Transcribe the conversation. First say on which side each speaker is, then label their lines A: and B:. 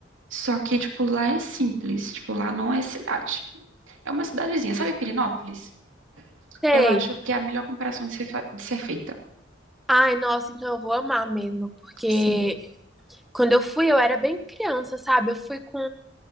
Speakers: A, on the right; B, in the centre.
A: Só que, tipo, lá é simples, tipo, lá não é cidade. É uma cidadezinha, sabe Pirinópolis.
B: Sei.
A: Eu acho que é a melhor comparação de ser, fa- de ser feita.
B: Ai, nossa, então eu vou amar mesmo, porque
A: Sim.
B: quando eu fui, eu era bem criança, sabe? Eu fui com